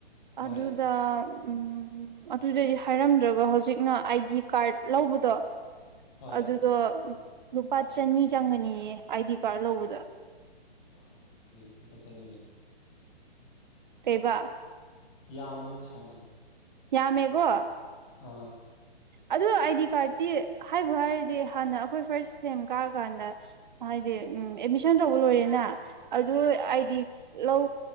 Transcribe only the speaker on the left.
ꯍꯣꯏ
ꯍꯣꯏ
ꯌꯥꯝꯃꯤꯅꯤ ꯑꯗꯨꯗꯤ ꯂꯨꯄꯥ ꯆꯅꯤ ꯑꯣꯏꯗꯤ
ꯌꯥꯝꯃꯦ ꯄꯩꯁꯥꯗꯣ <unintelligible>
ꯑꯥ